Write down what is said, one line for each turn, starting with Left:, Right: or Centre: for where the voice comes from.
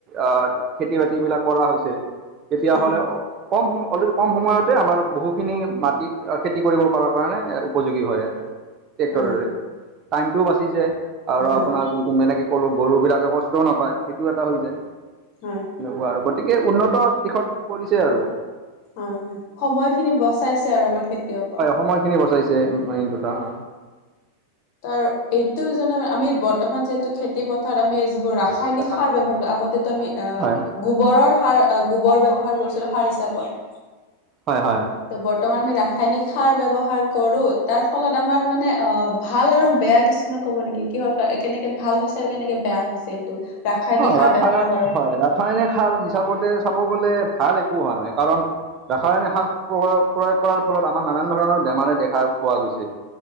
Right: আহ খেতি বাতি বিলাক কৰা হৈছে তেতিয়াহলেও
Left: হয়
Right: কম সময় অতি কম সময়তে আমাৰ বহুখিনি মাটিত খেতি কৰিব পৰাৰ কাৰণে উপযোগী হয় আৰু ট্ৰেক্টৰেৰে
Left: হয়
Right: টাইমটো বাচি যায় আৰু
Left: হয় হয়
Right: আপোনাৰ যোনটো সকলো গৰু বিলাকে কষ্টওঁ নাপায় সেইটোও এটা হৈ যায়
Left: হয়
Right: এনেকুৱা আৰু গতিকে উন্নত দিশত পৰিছে আৰু
Left: অ হয় সময় খিনি বচাইছে আৰু আমাৰ খেতিয়কৰ
Right: সময় খিনি বচাইছে সিমানে কথা অ
Left: তাৰ এইটো জানো আমি বৰ্তমান যিহেতু খেতি খেতি-পথাৰত
Right: যিটো খেতি
Left: আমি যিবোৰ ৰাসায়নিক
Right: পথাৰত
Left: সাৰ ব্যৱহাৰ
Right: আমি ৰাসায়নিক
Left: কৰোঁ
Right: সাৰ
Left: আগতেটো আমি
Right: ব্যৱহাৰ
Left: আহ গোবৰৰ সাৰ গোবৰ ব্যৱহাৰ কৰিছিলোঁ সাৰ হিচাপত
Right: হয় হয়
Left: ত বৰ্তমান আমি ৰাসায়নিক সাৰ ব্যৱহাৰ কৰোঁ তাৰ ফলত আমাৰ মানে অ ভাল আৰু বেয়া কিছুমান কব নেকি কিহৰ কেনেকে ভাল হৈছে আৰু কেনেকে বেয়া হৈছে এইটো ৰাসায়নিক
Right: অ
Left: সাৰ
Right: ৰাসায়নিক
Left: ব্যৱহাৰ কৰাৰ
Right: হয়
Left: ফলত
Right: ৰাসায়নিক সাৰ হিচাপতে চাব গলে ভাল একো হোৱা নাই কাৰণ ৰাসায়নিক সাৰ প্ৰয়োগ কৰাৰ ফলত আমাৰ নানান ধৰণৰ বেমাৰে দেখা পোৱা গৈছে